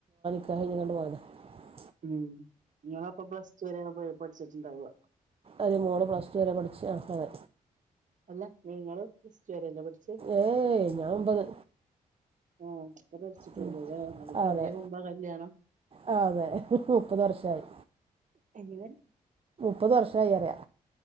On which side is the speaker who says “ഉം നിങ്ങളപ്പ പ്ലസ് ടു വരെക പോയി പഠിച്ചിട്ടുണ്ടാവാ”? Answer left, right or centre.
Right